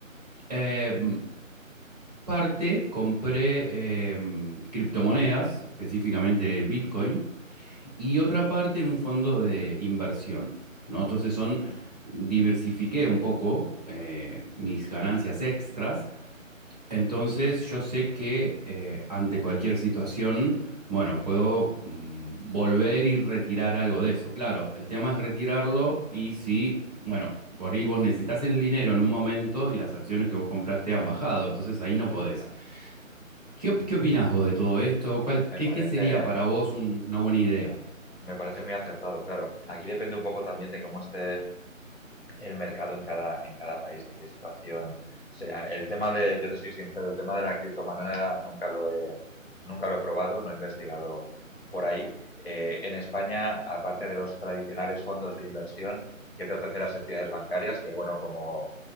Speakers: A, on the right (about 30°); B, on the left (about 45°).
A: Em, parte compré em, criptomonedas, específicamente Bitcoin y otra parte en un fondo de inversión, ¿no? Entonces son,
B: Mm.
A: diversifiqué un poco eh, mis ganancias extras, entonces yo sé que eh, ante cualquier situación, bueno, puedo mm, volver y retirar algo de eso. Claro, el tema es retirarlo y si, bueno, por ahí vos necesitas el dinero en un momento y las acciones que vos compraste han bajado, entonces ahí no podés.
B: claro.
A: ¿Qué, op- qué opinás vos de todo esto? ¿Cuál, qué,
B: Me parece,
A: qué sería para vos un- una buena idea?
B: me parece muy acertado, claro. Aquí depende un poco también de cómo esté el mercado en cada, en cada país, de qué situación sea. El tema de, yo te soy sincero, el tema de la criptomoneda nunca lo he, nunca lo he probado, no he investigado por ahí. Eh, en España, aparte de los tradicionales fondos de inversión que te ofrecen las entidades bancarias, que bueno, como